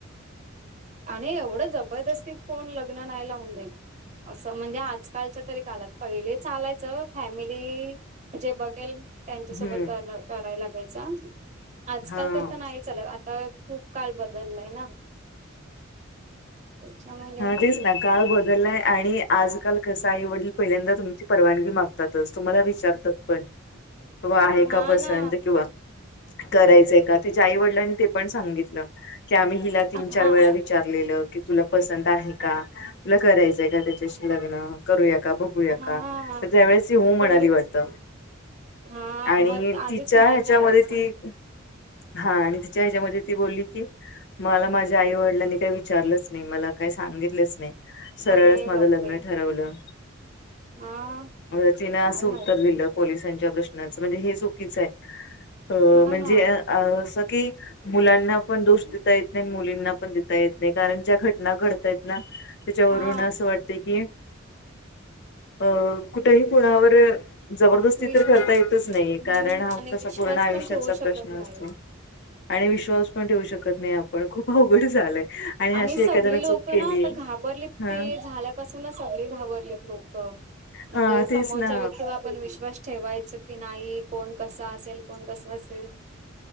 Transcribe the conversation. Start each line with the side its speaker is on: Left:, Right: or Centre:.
Right: आणि एवढं जबरदस्ती कोण लग्न नाय लावून देत असं म्हणजे आजकालच्या तरी कालात पहिले चालायचं फॅमिली जे बघेल त्यांच्यासोबत
Left: हम्म.
Right: कराय लागायचा आजकाल
Left: हा.
Right: तसं नाही चालत आता खूप काल बदल्लाय ना. त्याच्यामुळे
Left: हा तेच ना काळ बदललाय आणि आजकाल कसा आई वडील पहिल्यांदा तुमची परवानगी माग तातच तुम्हाला विचारतात पण तो आहे
Right: हा
Left: का पसंत
Right: ना
Left: किंवा करायचंय का तीच्या आई वडिलांनी ते पण सांगितलं. की आम्ही हिला तीन
Right: हा.
Left: चार वेळा विचारलेलं की तुला पसंत आहे का, तुला करायचंय का त्याच्याशी लग्न? करूया का बघूया
Right: हा
Left: का तर त्यावेळेस ही हो म्हणाली
Right: तेच
Left: वाटत.
Right: हा
Left: आणि
Right: मग आधीच
Left: तिच्या
Right: नाही
Left: ह्याच्यामध्ये
Right: बोलायचं
Left: ती
Right: ना
Left: हा आणि तिच्या ह्याच्यामध्ये ती बोलली की मला माझ्या आई वडिलांनी काय विचारलंच नाही मला काही सांगितलंच नाही, सरळच
Right: अरे
Left: माझं
Right: बापरे
Left: लग्न ठरवलं
Right: हा
Left: म तिन असं
Right: काय
Left: उत्तर
Right: माहिती
Left: दिलं. पोलीसांच्या प्रश्नाच म्हणजे हे चुकीचं आहे अ
Right: हा
Left: म्हणजे
Right: ना
Left: अ असं की मुलांना पण दोष देता येत नाही आणि मुलींना पण देता येत नाही कारण ज्या घटना घडतायत ना त्याच्यावरून
Right: हा
Left: अस वाट तेकि अ कुठेही कोणावर जबरदस्ती
Right: विश्वास
Left: तर करता येतच नाही
Right: हम्म
Left: कारण हा
Right: आणि
Left: कसा
Right: विश्वास
Left: पूर्ण आयुष्याचा
Right: पण ठेवू शकत
Left: प्रश्न
Right: नाही
Left: असतो. आणि
Right: हम्म
Left: विश्वास पण ठेवू शकत नाही आपण खूप अवघड झालंय.
Right: आणि
Left: अशी
Right: सगली
Left: एखाद्याने चूक
Right: लोक
Left: केली
Right: ना आता घाबरलीत
Left: हा
Right: ते झाल्यापासून ना सगली घाबरलेत लोक. म्हणजे
Left: हा तेच
Right: समोरच्या
Left: ना
Right: व्यक्ती वर आपण विश्वास ठेवायच की नाही कोण कसां असेल कोण कसं असेल